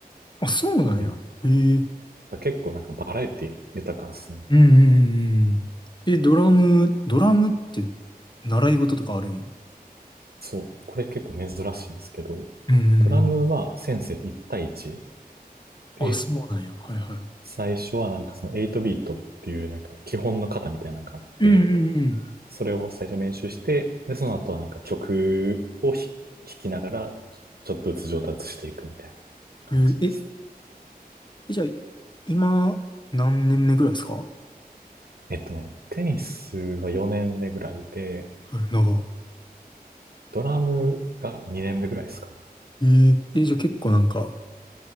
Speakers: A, on the left; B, on the right.
A: あ、そうなんや。
B: うん。だか
A: ええ
B: ら結構なんかバラエティ豊かですね。
A: うんうんうんうん。え、ドラム、ドラムって習い事とかあるんや。
B: そう。これ結構珍しいんですけど、
A: うんうんうん。
B: ドラムは先生と1対1。で、
A: あ、そうなんや。はいは
B: 最初はなんかその8ビートっていうなんか基本の型みたいなのがあって、
A: い。うんうん
B: それを最初練習して、で、その後はなんか曲をひ弾きながら、ちょっとずつ上達していくみたいな
A: うん。
B: 感じです。
A: えー、え、じゃあ、今、何年目ぐらいですかは
B: えっとね、テニスは4年目ぐらいで、
A: い長。
B: ドラムが2年目ぐらいですかね。
A: えー、え、じゃあ結構なんか、